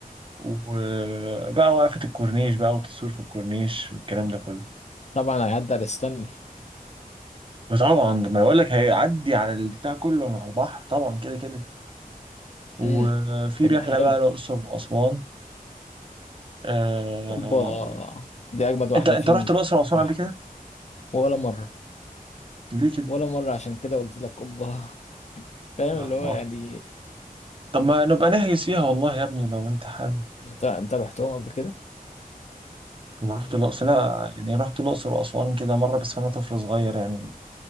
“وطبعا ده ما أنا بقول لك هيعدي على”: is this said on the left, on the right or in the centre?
Right